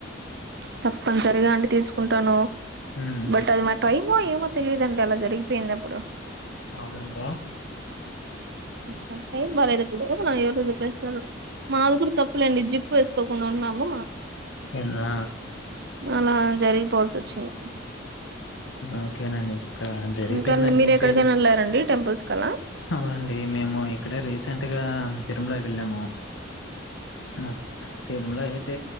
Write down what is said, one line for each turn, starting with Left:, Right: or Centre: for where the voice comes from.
Right: తప్పనిసరిగా అండి తీసుకుంటాను
Left: ఉమ్
Right: బట్ అది మ టైమో ఏమో తెలియదండి అలా జరిగిపోయింది అప్పుడు
Left: అవునంట
Right: మా టైం బాలేదు అప్పుడు ఎవరోజు ప్రెస్ ఒళ్లు మాది కూడా తప్పులేండి జిప్పు వేసుకోకుండా ఉన్నాము
Left: ఏనా
Right: అలా జరిగిపోల్సి వచ్చింది
Left: ఓకేనండి ఇంకా జరిగిపోయిందని
Right: ఇంకా మీరు
Left: ఏం
Right: ఎక్కడికైనా
Left: చేయలేం
Right: వెళ్ళారండి టెంపుల్స్ కలా
Left: అవునండి మేము ఇక్కడ రీసెంట్ గా తిరుమల వెళ్ళాము ఆ తిరుమల అయితే